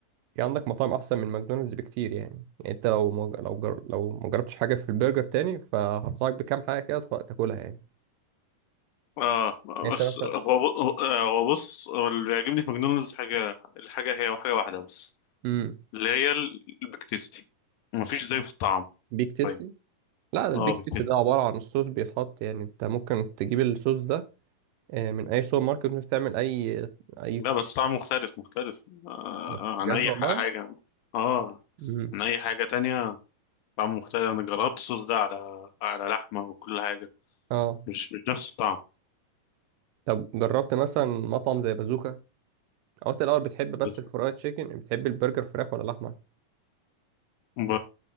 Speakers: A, on the right; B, on the left.
A: في عندك مطاعم أحسن من ماكدونالدز بكتير يعني, يعني أنت لو مج... لو جر... لو ما جربتش حاجة في البرجر تاني فهنصحك بكام حاجة كده تف- تاكلها يعني
B: اه
A: يعني أنت
B: بس
A: مثلا
B: هو ب- آه، هو بص هو اللي بيعجبني في ماكدونالدز حاجة الحاجة هي حاجة واحدة بس
A: امم
B: اللي هي ال- البيك تيستي ما فيش زي في الطعم
A: بيك تيستي
B: طيب
A: لا ده البيك
B: اه بيك
A: تيستي
B: تيستي
A: ده عبارة عن الصوص بيتحط يعني أنت ممكن تجيب الصوص ده آه، من اي سوبر ماركت ممكن تعمل اي اي
B: لا بس طعم مختلف مختلف آه
A: طب
B: آه،
A: بجد
B: عن أي
A: والله
B: ح- حاجة اه
A: مم.
B: عن أي حاجة تانية طعم مختلف أنا جربت الصوص ده على على لحمة وكل حاجة
A: اه
B: مش مش نفس الطعم
A: طب جربت مثلا مطعم زي بازوكا قلت الاول بتحب بس
B: بس
A: الفرايد تشيكن بتحب البرجر فراخ ولا لحمه
B: ب...